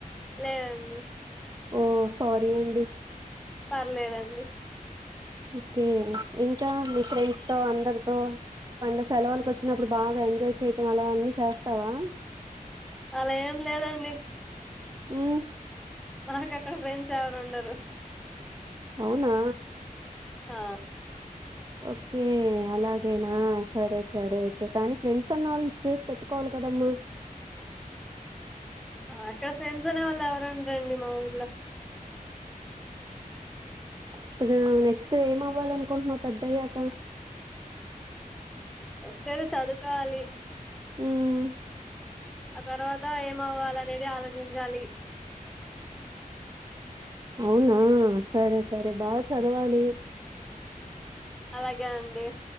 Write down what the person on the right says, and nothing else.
ఓ సారీ అండి
ఓకే ఇంకా మీ ఫ్రెండ్ తో అందరితో పండ సెలవులకి వచ్చినప్పుడు బాగా ఎంజాయ్ చేయటం అలా అన్ని చేస్తావా
మ్మ్
అవునా
ఓకే అలాగేనా సరే సరే అయితే కానీ ఫ్రెండ్స్ అన్న వాళ్ళ చేసి పెట్టుకోవాలి కదమ్మా
ఇప్పుడు నెక్స్ట్ ఏమ అవ్వాలీ అనుకుంటున్నావు పెద్దయ్యాక
మ్మ్
అవునా సరే సరే బాగా చదవాలి